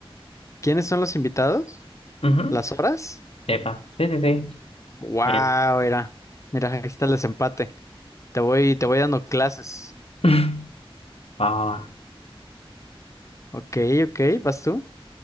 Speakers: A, on the left (about 30°); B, on the left (about 80°).
A: ¿Quiénes son los invitados?
B: Ujú.
A: ¿Las horas?
B: Epa, sí, sí, sí.
A: Wow,
B: Bien.
A: mira. Mira, ahí está el desempate. Te voy, te voy dando clases.
B: <laughs> Va, va, va.
A: Ok, ok, ¿vas tú?